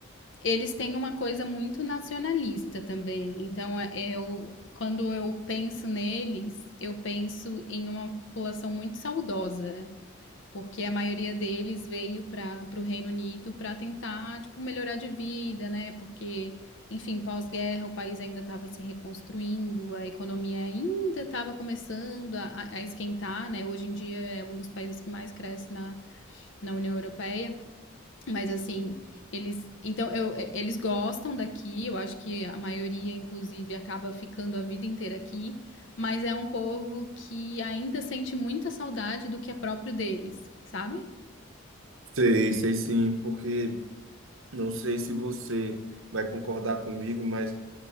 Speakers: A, on the left; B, on the right.
A: eles têm uma coisa muito nacionalista também. Então, eu, quando eu penso neles, eu penso em uma população muito saudosa. porque a maioria deles veio para o Reino Unido para tentar, tipo, melhorar de vida, né? Porque, enfim, pós-guerra o país ainda estava se reconstruindo, a economia ainda estava começando a, a esquentar, né? Hoje em dia é um dos países que mais cresce na, na União Europeia, mas assim, eles, então, eu, é, eles gostam daqui, eu acho que a maioria, inclusive, acaba ficando a vida inteira aqui, mas é um povo que ainda sente muita saudade do que é próprio deles, sabe?
B: Sei, sei sim, porque não sei se você vai concordar comigo, mas